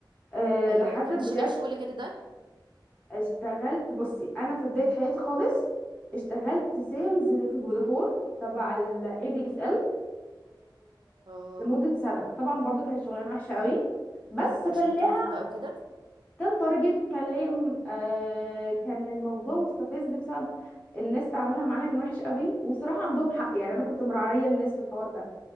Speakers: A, on the left; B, on the right.
A: أه
B: ايوه
A: لحد
B: طب
A: بجد
B: انتي شغالة شغل غير ده
A: اشتغلت بصي انا في بدايه حياتي خالص اشتغلت سيلز في فودافون تبع الاي دي اس ال
B: اه
A: لمده سنه طبعا برضو كانت شغلانه وحشه قوي بس
B: ده
A: كان
B: عشان
A: لها
B: تارجت بقى وكده
A: كان تارجت كان ليا م- آه، كان الموضوع مستفز بسبب الناس تعاملها معانا كان وحش قوي والصراحه عندهم حق يعني انا كنت مرعيه الناس في الحوار ده